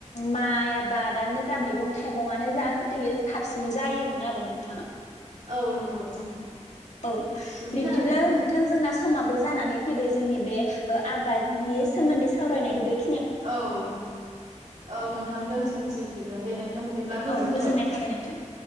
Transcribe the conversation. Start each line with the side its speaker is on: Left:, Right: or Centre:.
Left: माइ आबादानो जा मैगं थाइगङानो जा गोदोयो साबसिन जायोमोन आरो नोंथाङा
Right: औ नंगौ नोंथां
Left: औ
Right: बिदिनो
Left: बिब्दिब्ला
Right: आरो
Left: नोंथां जोंना समाबो जानानै फैबाय जोंनि बे ओ आबादनि सोमोन्दै सावरायनायखौ बे
Right: औ नोंथां औ नोंथां दोन्थ'नोसै बिदिब्ला दे नोंथां बिदिब्ला गोजोन्थों
Left: औ गोजोननाय थाबाय नोंथां